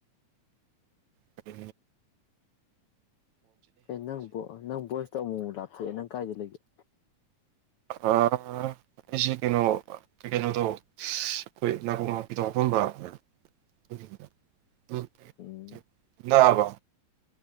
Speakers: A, on the right (about 75°); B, on the left (about 75°).
A: ꯀꯔꯤ
B: ꯑꯦ ꯅꯪ ꯅꯪ ꯚꯣꯏꯁꯇꯣ ꯑꯃꯨꯛꯛ ꯂꯥꯞꯊꯣꯛꯑꯦ ꯅꯪ ꯀꯥꯏꯗ ꯂꯩꯗꯒꯤꯦ
A: ꯑꯩꯁꯤꯦ ꯀꯩꯅꯣ ꯀꯩꯅꯣꯗꯣ ꯑꯩꯈꯣꯏ ꯅꯥꯀꯣꯡ ꯉꯄꯤꯗꯣ ꯍꯥꯐꯝꯕ ꯑꯣꯦ
B: ꯎꯝ
A: ꯕ